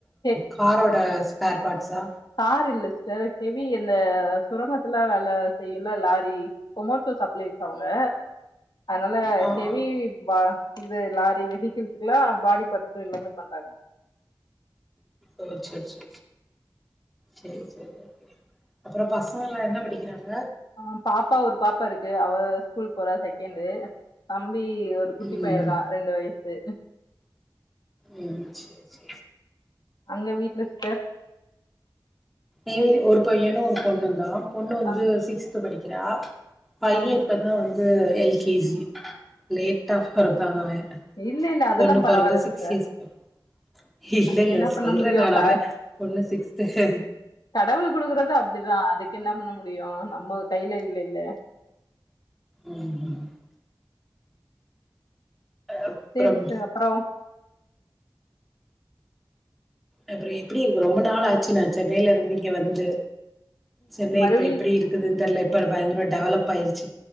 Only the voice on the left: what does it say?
ஹெ
கார் இல்ல சிஸ்டர் ஹெவி எந்த சுரங்கத்துல வேல செய்ல லாரி பொமோசோ சப்ளைஸ் அவுங்க அனால
ஹெவி
பா இது லாரி வெஹிகிள்ஸூக்லா பாடி பார்ட்ஸ் எல்லாமே பண்றாங்க
ஆ பாப்பா ஒரு பாப்பாருக்கு அவ ஸ்கூல் போறா செகண்டு தம் பி ஒரு குட்டி
பையருக்கா ரெண்டு வயசு
அங்க வீட்ல ஸ்டர்
ஆ
ஆ ஓகே.
இல்ல இல்ல அதெல்லாம்
பரவாயில்ல
சிஸ்டர்.
அதுக்கு என்ன
பண்ண முடியும்?
க
கடவுள் குடுக்றது அப்டிதா அதுக்கு என்ன பண்ண முடியூ நம்ம கையில இல்லில்ல
செரி ஸ்டர் அப்புறோ
மறுபடி